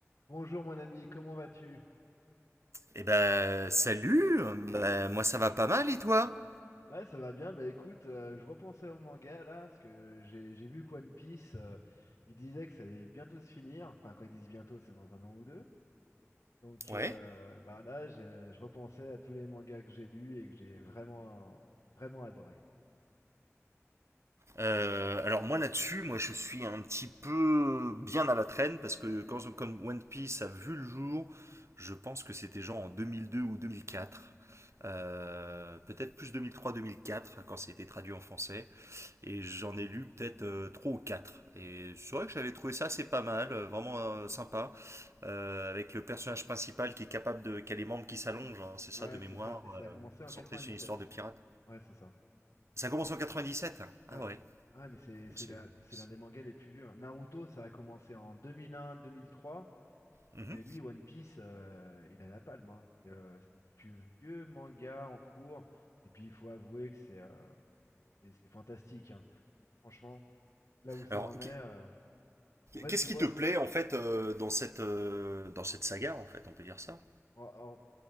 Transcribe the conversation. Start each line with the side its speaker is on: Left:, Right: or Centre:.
Left: Bonjour mon ami, comment vas-tu?
Right: Eh ben, salut Ben, Moi, ça va pas mal, et toi
Left: Ouais, ça va bien. Bah écoute, euh, je repensais au manga là, parce que j'ai j'ai vu que One Piece, euh, il disait que ça allait bientôt se finir. Enfin, quand ils disent bientôt, c'est dans un an ou deux. Donc
Right: Ouais.
Left: euh, bah là, je, je repensais à tous les mangas que j'ai lus et que j'ai vraiment vraiment adoré.
Right: Euh, alors moi là-dessus, moi je suis un petit peu bien à la traîne parce que quand, quand One Piece a vu le jour, je pense que c'était genre en 2002 ou 2004, Euh, peut-être plus 2003-2004 quand ça a été traduit en français. Et j'en ai lu peut-être euh, trois ou quatre. Et c'est vrai que j'avais trouvé ça assez pas mal, euh, vraiment euh, sympa, euh, avec le personnage principal qui est capable de, qui a les membres qui s'allongent, hein, c'est ça
Left: Ouais,
Right: de mémoire,
Left: c'est ça. Et ça
Right: euh,
Left: a commencé en
Right: centré
Left: 97.
Right: sur une histoire de pirate.
Left: Ouais, c'est ça.
Right: Ça commence
Left: Mais
Right: en 97?
Left: ouais.
Right: Ah ouais.
Left: Ah, mais c'est
Right: Oh,
Left: c'est
Right: c'est-
Left: la- c'est
Right: c'est-
Left: l'un des mangas les plus vieux. hein. Naruto, ça a commencé en 2001-2003.
Right: Mhm.
Left: Mais lui, One Piece, euh, il a la palme. hein. C'est euh, c'est le plus vieux manga en cours. Et puis, il faut avouer que c'est euh, c'est c'est fantastique. hein. Franchement, là où ça
Right: Alors,
Left: en est,
Right: qu'est-
Left: euh, en fait,
Right: qu'est-ce
Left: tu
Right: qui
Left: vois,
Right: te plaît en fait euh, dans cette euh, dans cette saga en fait, on peut dire ça?
Left: or- or,